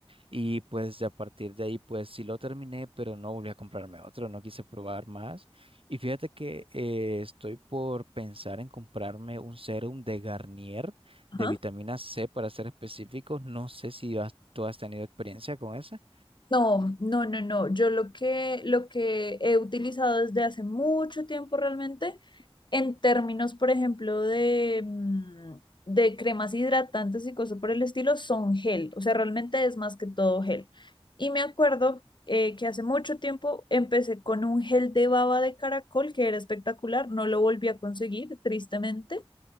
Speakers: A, on the right; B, on the left.
A: Y pues de a partir de ahí, pues sí lo terminé, pero no volví a comprarme otro, no quise probar más. Y fíjate que eh, estoy por pensar en comprarme un serum de Garnier de
B: ajá.
A: vitamina C para ser específicos. No sé si has- tú has tenido experiencia con esa.
B: No, no, no, no. Yo lo que, lo que he utilizado desde hace mucho tiempo realmente, en términos, por ejemplo, de, mm, de cremas hidratantes y cosas por el estilo, son gel. O sea, realmente es más que todo gel. Y me acuerdo eh, que hace mucho tiempo empecé con un gel de baba de caracol que era espectacular. No lo volví a conseguir, tristemente.